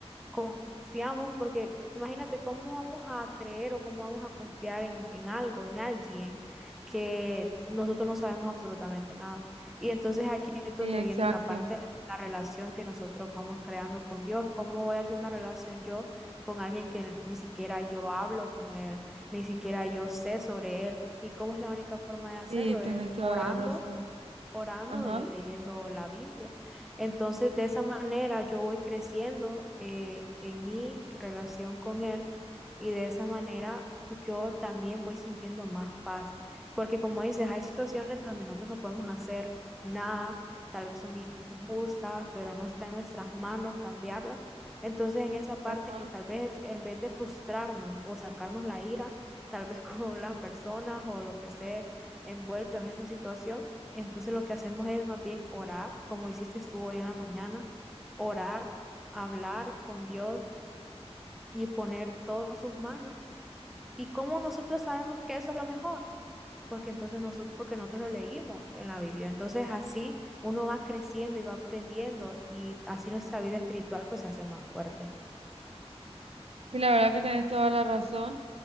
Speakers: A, in the centre; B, on the right.
A: confiamos, porque imagínate cómo vamos a creer o cómo vamos a confiar en, en algo, en alguien que nosotros no sabemos absolutamente nada. Y entonces aquí es donde
B: sí, exacto.
A: viene la parte de la relación que nosotros vamos creando con Dios. ¿Cómo voy a tener una relación yo con alguien que ni siquiera yo hablo con él, ni siquiera yo sé sobre él? Y cómo es la única forma de hacerlo
B: Sí, tenés
A: es
B: toda
A: orando
B: la razón.
A: orando
B: Ajá,
A: y leyendo la Biblia. Entonces, de esa manera yo voy creciendo eh, en mi relación con Él y de esa manera pues yo también voy sintiendo más paz, porque como dices, hay situaciones donde nosotros no podemos hacer nada, tal vez son injustas, pero no está en nuestras manos cambiarlas. Entonces, en esa parte
B: ajá.
A: es que tal vez en vez de frustrarnos o sacarnos la ira, tal vez <laughs> con las personas o lo que esté envuelto en esa situación, entonces lo que hacemos es más bien orar, como hiciste tú hoy en la mañana, orar, hablar con Dios y poner todo en sus manos. ¿Y cómo nosotros sabemos que eso es lo mejor? Porque entonces nosotros, porque nosotros lo leímos en la Biblia. Entonces así uno va creciendo y va aprendiendo y así nuestra vida espiritual pues se hace más fuerte.
B: Sí, la verdad que tenés toda la razón.